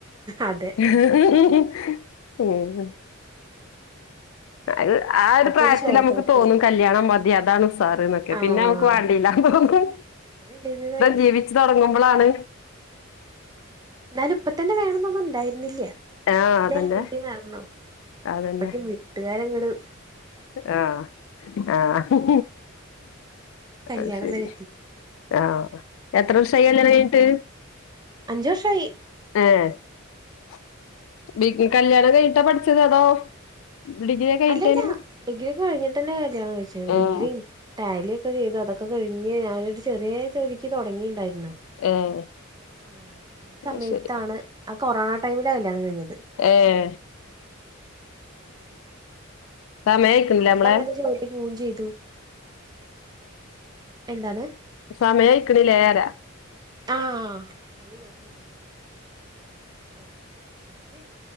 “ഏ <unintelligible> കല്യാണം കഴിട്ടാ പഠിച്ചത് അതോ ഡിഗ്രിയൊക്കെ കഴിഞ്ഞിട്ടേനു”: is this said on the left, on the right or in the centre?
Left